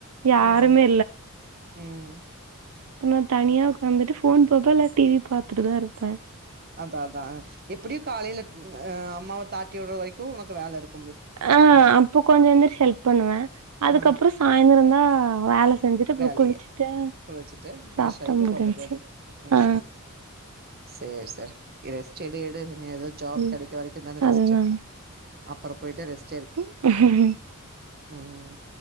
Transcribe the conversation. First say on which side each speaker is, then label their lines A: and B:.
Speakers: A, on the right; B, on the right.
A: யாருமே
B: ம் ம்
A: அப்ப நா தனியா உக்காந்துட்டு ஃபோன் பாப்ப இல்ல டி வி பாத்துட்டுதா இருப்ப
B: அதா அதா எப்படியு காலைல அ அம்மாவ தாட்டி விடுற வரைக்கு உனக்கு வேல இருக்கு
A: ஆ அப்ப கொஞ்ச எந்திரிச்சு ஹெல்ப் பண்ணுவ அதுக்கப்பற
B: ஆ
A: சாய்ந்தரந்தா ஆ வேல செஞ்சுட்டு அப்றோ
B: வேலையே
A: குளிச்சுட்டு
B: குளிச்சுட்டு ஃப்ரஷ்
A: சாப்ட்டா
B: ஆயிட்டு
A: முடிஞ்ச்சு
B: உக்காந்துக்க வேண்டிது ம்
A: ஆ
B: சேரி சேர் செடியடு இனது ஜாப்
A: ம்
B: கெடைக்கற வரைக்கும்ந்த
A: அதுதா
B: ரெஸ்ட் அப்புறோ போய்ட்டு ரெஸ்
A: <unintelligible>
B: ம்